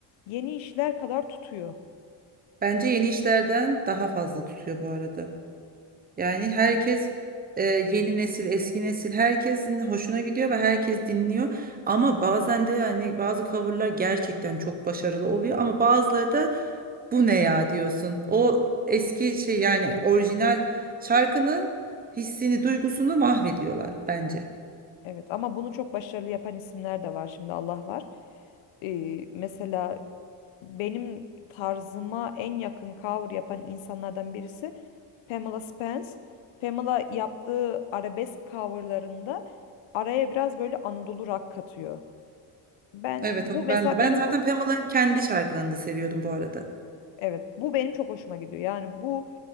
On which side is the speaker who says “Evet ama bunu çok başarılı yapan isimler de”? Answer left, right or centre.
Left